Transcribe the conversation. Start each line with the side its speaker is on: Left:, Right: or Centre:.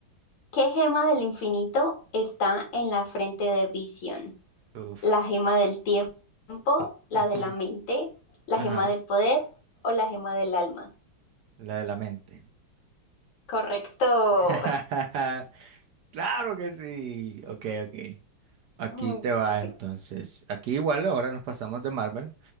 Left: ¿Qué gema del infinito está en la frente de Vision?
Right: Uf.
Left: ¿La gema del tiempo,
Right: <laughs>
Left: la
Right: Ujú.
Left: de la mente, la
Right: Ajá.
Left: gema del poder o la gema del alma?
Right: La de la mente.
Left: Correcto.
Right: <laughs> Claro que sí. Ok, ok. Aquí
Left: <laughs> Muy
Right: te va
Left: bien.
Right: entonces. Aquí igual ahora nos pasamos de Marvel.